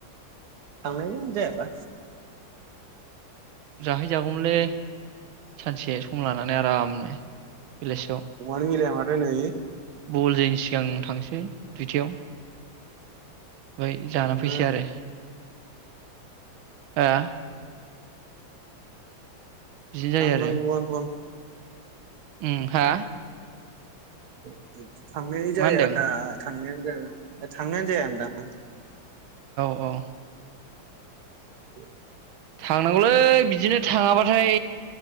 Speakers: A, on the right; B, on the right.
A: थांनाय आनो जायाबा
B: जाहैजागौमोनलै सानसे सम लानानै आरामनो बेलासियाव
A: समानो मिलाया माथो नै
B: बल जोयिनसि सिगां थांसै दुइथायाव। ओय
A: थांनो
B: जाना फैसै आरो ओआ बिदिनो जायो
A: थांनांगौआनथन
B: आरो उम हा
A: <unintelligible> थांनाय जाया।
B: मा होनदों
A: थांनायानो जाया <unintelligible> थांनायानो जाया ओनदां
B: अह
A: <inaudible>
B: थांनांगौलै बिदिनो थाङाबा फाय